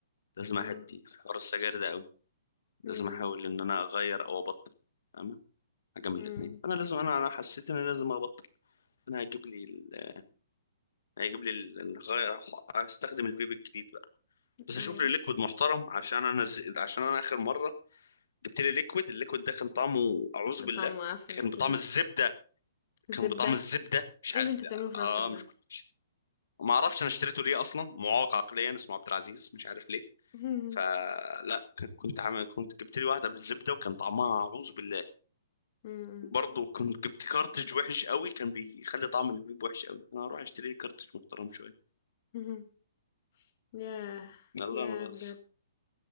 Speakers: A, on the left; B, on the left.
A: لازم اهدي
B: إمم،
A: في حوار السجاير ده قوي لازم
B: إمم،
A: احاول ان انا اغير او ابطل فاهمه حاجه من
B: إمم،
A: الاثنين انا لازم انا انا حسيت ان انا لازم ابطل انا هجيب لي ال... هجيب لي ال- الغير استخدم الفيب الجديد بقى بس اشوف
B: آه،
A: لي ليكويد محترم عشان انا ز... عشان انا اخر مره جبت لي ليكويد الليكويد ده كان طعمه اعوذ بالله
B: طعمه معفن
A: كان
B: أكيد،
A: بطعم الزبده
B: زبدة،
A: كان بطعم الزبده مش
B: إيه
A: عارف
B: اللي أنت بتعمله
A: لا
B: في
A: اه
B: نَفْسك ده؟
A: مش كنت مش ما اعرفش انا اشتريته ليه اصلا معاق عقليا اسمه عبد العزيز مش عارف ليه
B: <laughs> إمم،
A: فلا كنت عامل كنت جبت لي واحده بالزبده وكان طعمها اعوذ بالله
B: إمم،
A: وبرضه كنت جبت كارتridج وحش قوي كان بيخلي طعم البيب وحش قوي انا هروح اشتري لي كارتridج محترم شويه
B: اهم، ياه!
A: لا
B: ياه
A: ما بهزر
B: بجد!